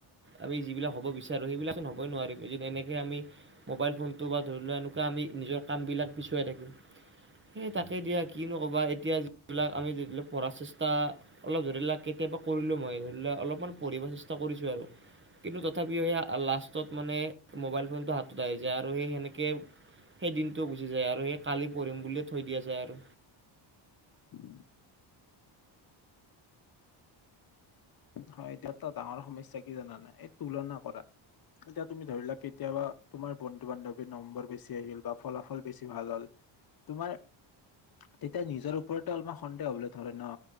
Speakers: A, on the right; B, on the left.
A: আমি যিবিলাক হ'ব বিচাৰো সেইবিলাকোন হ'বই নোৱাৰিম য এনেকে আমি মোবাইল ফোন বা ধৰি লোৱা এনেকুৱা আমি নিজৰ কামবিলাক পিছুৱাই থাকিম সেই তাকে দিয়া কিনো কবা এতিয়া যিবিলাক আমি পঢ়াৰ চেষ্টা অলপ ধৰি লাককতি কেতিয়াবা কৰিলো মই ধৰি ল অলপমান পঢ়িব চেষ্টা কৰিছো আৰু কিন্তু তথাপিও সেই লাষ্টত মানে মোবাইল ফোনটো হাতত আহি যায় আৰু সেই সেনেকে সেই দিনটোও গুচি যায় আৰু সেই কালি পঢ়িম বুলিয়ে থৈ দিয়া যায় আৰু
B: উম হয় এতিয়া ত ডাঙৰ সমস্যা কি জান নাই এই তুলনা কৰা এতিয়া তুমি ধৰি লোৱা কেতিয়াবা তোমাৰ বন্ধু বান্ধৱীৰ নম্বৰ বেছি আহিল বা ফলাফল বেছি ভাল হ'ল তোমাৰ তেতিয়া নিজৰ ওপৰতে অলপমান সন্দেহ হবলৈ ধৰে ন